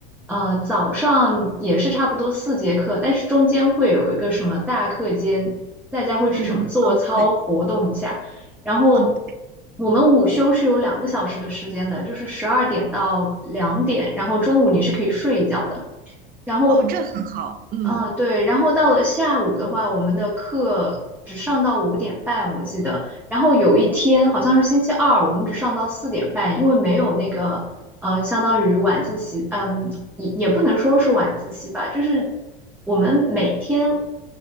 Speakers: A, in the centre; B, on the right (about 30°).
A: 呃，早上也是差不多四节课，但是中间会有一个什么大课间，大家会去什么做操活动一下，
B: 嗯嗯，哦，对，
A: 然后。
B: 嗯，对，
A: 我们午休是有两个小时的时间的，就是十二点到两点，然后中午你是可以睡一觉的。然后，
B: 哦，这很好，嗯。
A: 嗯，对，然后到了下午的话，我们的课只上到五点半，我记得。然后有一天好像是星期二，我们只上到四点半，因为没有那个呃，相当于晚自习，嗯，也也不能说是晚自习吧，就是我们每天